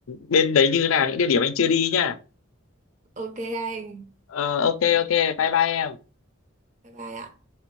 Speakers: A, on the left; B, on the right.
A: bên đấy như nào những địa điểm anh chưa đi nha
B: Ok anh.
A: ờ ok ok bye bye em
B: Bye bye ạ.